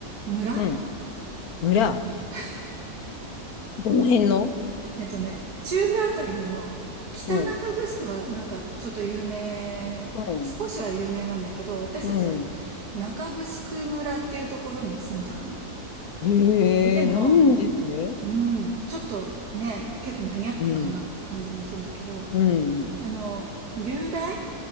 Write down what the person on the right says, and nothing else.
村
村
えっとね、中部あたりの北中城はなんかちょっと有名、
少しは有名なんだけど、私たちはね、
中城村っていうところに住んだの。
でも、
うん、ちょっとね、結構マニアックかなって感じもするんだけど、
あの、流大